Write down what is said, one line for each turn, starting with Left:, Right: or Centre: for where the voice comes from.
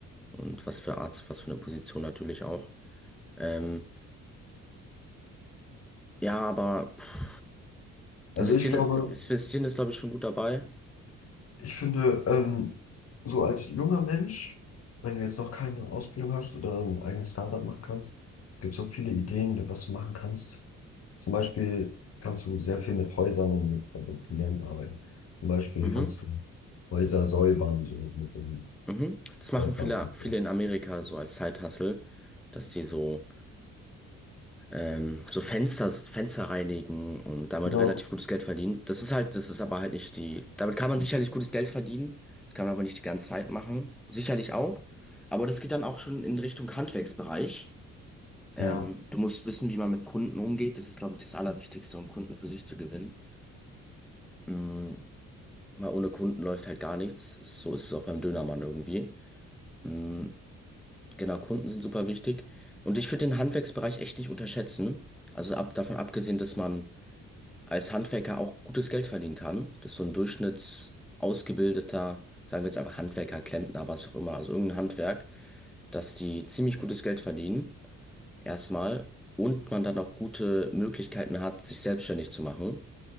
Centre: und was für Arzt, was für eine Position natürlich auch. Ähm, ja, aber pff,
Left: Also
Centre: investieren,
Left: ich glaube,
Centre: ist- investieren ist, glaube ich, schon gut dabei.
Left: Ich finde, ähm, so als junger Mensch, wenn du jetzt noch keine Ausbildung hast oder ein eigenes Startup machen kannst, gibt es so viele Ideen, was du machen kannst. Zum Beispiel kannst du sehr viel mit Häusern und mit, äh, mit Klienten arbeiten. Zum Beispiel
Centre: Mhm,
Left: kannst du Häuser säubern, so mit dem
Centre: mhm. Das machen
Left: Förder
Centre: viele, viele
Left: so.
Centre: in Amerika so als Side-Hustle, dass die so ähm, so Fenster, Fenster reinigen und damit
Left: Genau.
Centre: relativ gutes Geld verdienen. Das ist halt, das ist aber halt nicht die, damit kann man sicherlich gutes Geld verdienen. Das kann man aber nicht die ganze Zeit machen. Sicherlich auch. Aber das geht dann auch schon in Richtung Handwerksbereich. Ähm,
Left: Ja,
Centre: du musst wissen, wie man mit Kunden umgeht. Das ist, glaube ich, das Allerwichtigste, um Kunden für sich zu gewinnen. Mhm. Weil ohne Kunden läuft halt gar nichts. So ist es auch beim Dönermann irgendwie. Mhm. Genau, Kunden sind super wichtig. Und ich würde den Handwerksbereich echt nicht unterschätzen. Also ab, davon abgesehen, dass man als Handwerker auch gutes Geld verdienen kann. Das ist so ein durchschnittsausgebildeter, sagen wir jetzt einfach Handwerker, Klempner, was auch immer, also irgendein Handwerk, dass die ziemlich gutes Geld verdienen, erstmal, und man dann auch gute Möglichkeiten hat, sich selbstständig zu machen.